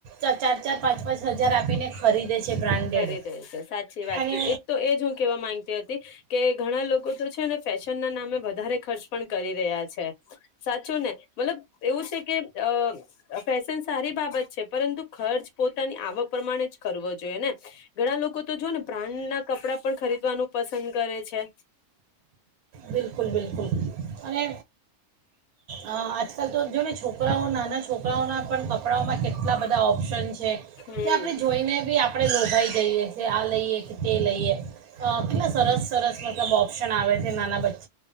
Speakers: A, on the right; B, on the left.
A: ચાર ચાર પાંચ પાંચ હજાર આપીને ખરીદે છે બ્રાન્ડેડ
B: ખરી રહી છે. સાચી વાત
A: અને
B: કરી એક તો એ જ હું કેવા માંગતી હતી કે ઘણા લોકો તો છે ને ફેશન ના નામે વધારે ખર્ચ પણ કરી રહ્યા છે. સાચું ને? મતલબ એવું છે કે અ ફેશન સારી બાબત છે પરંતુ ખર્ચ પોતાની આવક પ્રમાણે જ કરવો જોઈએ ઘણા લોકો તો જો ને બ્રાન્ડ ના કપડા પણ ખરીદવાનું પસંદ કરે છે.
A: બિલકુલ બિલકુલ. અને અ આજકાલ તો જ છોક રાઓ નાના છોકરાઓના પણ કપડાઓમાં કેટલા બધા ઓ ફ્રેન્સ
B: હમ
A: કે આપણે જોઈને બી આપ આપડે લો ખાઈ જઈએ કે આ લઈએ કે તે લઈએ કેટલા સરસ સરસ મ મતબ ઓપ્શન આવે. નાના બચા